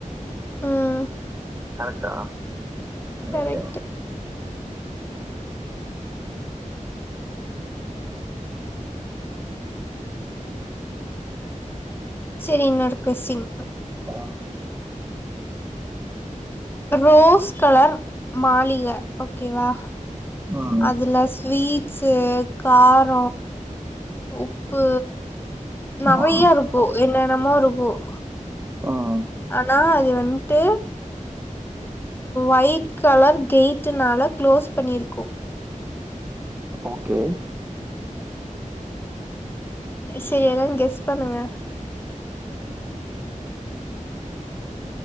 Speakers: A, on the left; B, on the right.
A: ம்
B: கரெக்டா
A: கரெக்ட்டு
B: ஓகே
A: சேரி இன்னொரு கொஸ்டின்
B: ஆஹ்
A: ரோஸ் கலர் மாளிக ஓகேவா
B: ம்
A: அதுல ஸ்வீட்ஸ் கார உப்பு நெறய
B: ம்
A: இருக்கும் என்னென்னமோ இருக்கும்
B: ம்
A: ஆனா அது வந்துட்டு ஒயிட் கலர் கேயட்டுனால க்ளோஸ் பண்ணியிருக்கு
B: ஓகே
A: சேரி ஏதாவது கெஸ் பண்ணுங்க